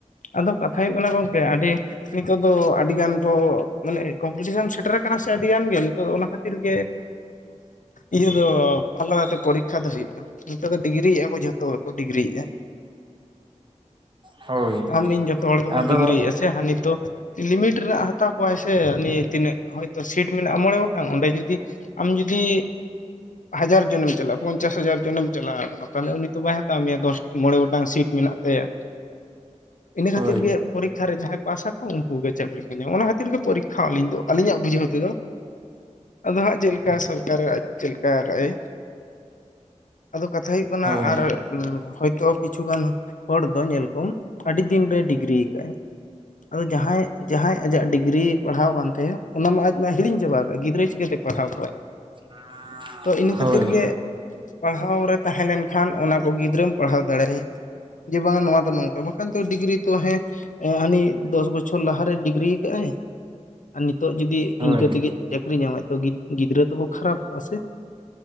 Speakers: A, on the left; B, on the right.
A: ᱟᱫᱚ ᱠᱟᱛᱷᱟ ᱦᱩᱭᱩᱜ ᱠᱟᱱᱟ ᱜᱚᱝᱠᱮ ᱟᱹᱰᱤ ᱱᱤᱛᱚᱜ ᱫᱚ ᱟᱹᱰᱤᱜᱟᱱ ᱠᱚ ᱢᱟᱱᱮ ᱠᱚᱢᱯᱤᱴᱤᱥᱮᱱ ᱥᱮᱴᱮᱨ ᱠᱟᱱᱟ ᱥᱮ ᱟᱹᱰᱤᱜᱟᱱ ᱜᱮ ᱱᱤᱛᱚᱜ ᱫᱚ ᱚᱱᱟ ᱠᱷᱟᱹᱛᱤᱨ ᱜᱮ ᱤᱭᱟᱹ ᱫᱚ ᱟᱞᱟᱫᱟ ᱛᱮ ᱯᱚᱨᱤᱠᱷᱟ ᱫᱚ ᱦᱩᱭᱩᱜ ᱠᱟᱱᱟ᱾ ᱱᱚᱛᱮ ᱫᱚ ᱰᱤᱜᱽᱨᱤᱭᱮᱜᱼᱟ ᱠᱚ ᱡᱷᱚᱛᱚᱣ ᱠᱚ ᱰᱤᱜᱽᱨᱤᱭᱮᱜᱼᱟ᱾
B: ᱦᱳᱭ
A: ᱟᱢ ᱤᱧ ᱡᱚᱛᱚ ᱦᱚᱲ ᱜᱮᱵᱩᱱ
B: ᱟᱫᱚ
A: ᱰᱤᱜᱽᱨᱤᱭᱮᱜᱼᱟ ᱥᱮ ᱦᱟᱱᱤ ᱛᱚ ᱞᱤᱢᱤᱴ ᱨᱮᱱᱟᱜ ᱦᱟᱛᱟᱣ ᱠᱚᱣᱟᱭ ᱥᱮ ᱩᱱᱤ ᱛᱤᱱᱟᱹᱜ ᱦᱚᱭᱛᱳ ᱥᱤᱴ ᱢᱮᱱᱟᱜᱼᱟ ᱢᱚᱬᱮ ᱜᱚᱴᱟᱝ ᱚᱸᱰᱮ ᱡᱩᱫᱤ ᱟᱢ ᱡᱩᱫᱤ ᱦᱟᱡᱟᱨ ᱡᱚᱱᱮᱢ ᱪᱟᱞᱟᱜᱼᱟ ᱯᱚᱧᱪᱟᱥ ᱦᱟᱡᱟᱨ ᱡᱚᱱᱮᱢ ᱪᱟᱞᱟᱣ ᱠᱟᱱᱟ ᱛᱟᱦᱚᱞᱮ ᱩᱱᱤ ᱛᱚ ᱵᱟᱭ ᱦᱟᱛᱟᱣ ᱢᱮᱭᱟ ᱫᱚᱥ ᱢᱚᱬᱮ ᱜᱚᱴᱟᱝ ᱥᱤᱴ ᱢᱮᱱᱟᱜ ᱛᱟᱭᱟ ᱤᱱᱟᱹ
B: ᱦᱳᱭ
A: ᱠᱷᱟᱹᱛᱤᱨ ᱜᱮ ᱯᱚᱨᱤᱠᱷᱟ ᱨᱮ ᱡᱟᱦᱟᱸᱭ ᱯᱟᱥᱟᱠᱩ ᱩᱱᱠᱩ ᱜᱮ ᱪᱟᱹᱠᱨᱤ ᱠᱚ ᱧᱟᱢᱟ ᱚᱱᱟ ᱠᱷᱟᱹᱛᱤᱨ ᱜᱮ ᱯᱚᱨᱤᱠᱷᱟ ᱟᱹᱞᱤᱧ ᱫᱚ ᱟᱹᱞᱤᱧᱟᱜ ᱵᱩᱡᱷᱟᱹᱣ ᱛᱮᱫᱚ᱾ ᱟᱫᱚ ᱦᱟᱸᱜ ᱪᱮᱫ ᱞᱮᱠᱟ ᱥᱚᱨᱠᱟᱨᱟᱜ ᱪᱮᱫ ᱞᱮᱠᱟ ᱠᱟᱜᱼᱟᱭ ᱟᱫᱚ ᱠᱟᱛᱷᱟ ᱦᱩᱭᱩᱜ ᱠᱟᱱᱟ
B: ᱦᱳᱭ
A: ᱟᱨ ᱦᱚᱭᱛᱳ ᱠᱤᱪᱷᱩ ᱜᱟᱱ ᱦᱚᱲ ᱫᱚ ᱧᱮᱞ ᱠᱚᱢ ᱟᱹᱰᱤ ᱫᱤᱱ ᱨᱮ ᱰᱤᱜᱽᱨᱤ ᱟᱠᱟᱜ-ᱟᱭ᱾ ᱟᱫᱚ ᱡᱟᱦᱟᱸᱭ ᱡᱟᱦᱟᱸᱭ ᱟᱡᱟᱜ ᱰᱤᱜᱽᱨᱤ ᱯᱟᱲᱦᱟᱣ ᱠᱟᱱ ᱛᱟᱭᱟ ᱚᱱᱟ ᱢᱟ ᱟᱡ ᱢᱟ ᱦᱤᱲᱤᱧ ᱪᱟᱵᱟ ᱟᱠᱟᱜᱼᱟ ᱜᱤᱫᱽᱨᱟᱹ ᱪᱤᱠᱟᱹ ᱛᱮ ᱯᱟᱲᱦᱟᱣ ᱠᱚᱣᱟᱭ
B: <unintelligible>
A: ᱛᱚ ᱤᱱᱟᱹ ᱠᱷᱟᱹᱛᱤᱨ
B: ᱦᱳᱭ
A: ᱜᱮ ᱯᱟᱲᱦᱟᱣ ᱨᱮ ᱛᱟᱦᱮᱸ ᱞᱮᱱᱠᱷᱟᱱ ᱚᱱᱟ ᱠᱚ ᱜᱤᱫᱽᱨᱟᱹᱢ ᱯᱟᱲᱦᱟᱣ ᱫᱟᱲᱮᱭᱟ ᱡᱮ ᱵᱟᱝᱟ ᱱᱚᱣᱟ ᱫᱚ ᱱᱚᱝᱠᱟ ᱵᱚᱱ ᱮᱠᱷᱟᱱ ᱛᱚ ᱰᱤᱜᱽᱨᱤ ᱛᱚ ᱦᱮᱸ ᱮᱸ ᱦᱟᱹᱱᱤ ᱫᱚᱥ ᱵᱚᱪᱷᱚᱨ ᱞᱟᱦᱟᱨᱮᱭ ᱰᱤᱜᱽᱨᱤ ᱟᱠᱟᱫᱼ ᱟᱭ ᱟᱨ ᱱᱤᱛᱚᱜ ᱡᱩᱫᱤ
B: ᱦᱳᱭ
A: ᱤᱱᱠᱟᱹ ᱛᱮᱜᱮ ᱪᱟᱹᱠᱨᱤ ᱧᱟᱢᱟᱭ ᱛᱚ ᱜᱤᱫ ᱜᱤᱫᱽᱨᱟᱹ ᱛᱚᱠᱚ ᱠᱷᱟᱨᱟᱯᱚᱜᱼᱟ ᱥᱮ